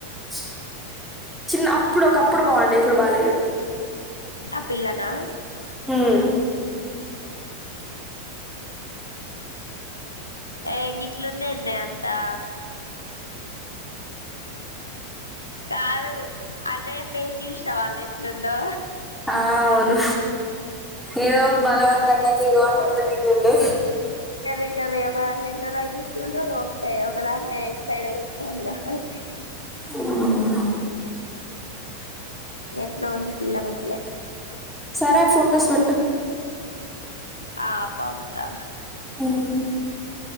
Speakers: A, in the centre; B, on the left (about 85°).
A: చ్ చిన్న అప్పుడు ఒకప్పు అప్పుడు బాగుండే ఇప్పుడు బాగాలేదు.
B: ఆ పిల్ల నా.
A: ఉమ్మ్
B: ఏ గిట్ల ఉంది. ఎందే అన్ తా కాదు అన్నయ్య ఫేస్ చూసినవ అన్నే ఎట్లుందో.
A: ఆ అవును ఏవో బలవంతగా చికోనికి ఇండు
B: కద కదే ఒక దాని ఎట్లతగిలిచుండు ఒకదాని ఎ సైడ్ ఇస్తాంగా. అ
A: ఉమ్మ్
B: ఎట్ల ఉంది. పిల్ల మంచిగా లే
A: సరే ఫొటోస్ పెట్టు.
B: ఆ పంపుతా.
A: హ్మ్మ్